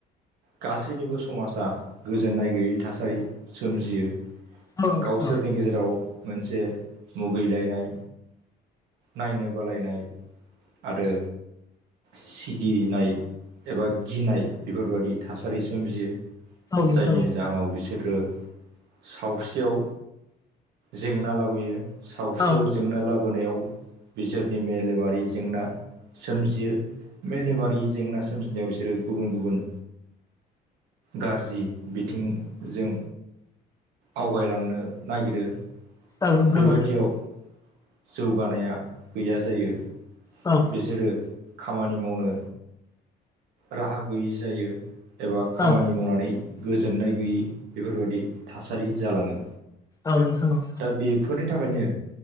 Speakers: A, on the right; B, on the left.
A: गासैनिबो समाजा गोजोननाय गैयै थासारि सोमजियो।
B: औ नोंथां
A: गावसोरनि
B: औ
A: गेजेराव मोनसे मुगैलायनाय नायनो बालायनाय आरो सिगिनाय एबा गिनाय बेफोरबायदि थासारि सोमजियो।
B: नोंथां
A: जायनि जाहोनाव बिसोरो सावस्रियाव जेंना लाबोयो सावस्रियाव
B: औ
A: जेंना लाबोनायाव बिसोरनि मेलेमारि जेंना सोमजियो। मेलेमारि जेंना सोमजिनायाव बिसोरो गुबुन गुबुन गाज्रि बिथिंजों आवगायलांनो नागिरो
B: औ नोंथां
A: बेबादियाव
B: औ।
A: जौगानाया गैया जायो।
B: औ
A: बिसोरो खामानि मावनो राहा गैयि जायो एबा खामानि
B: औ
A: मावनानै गोजोननाय गैयि बेफोरबादि थासारि जालाङो।
B: औ नोंथां औ।
A: दा बेफोरनि थाखायनो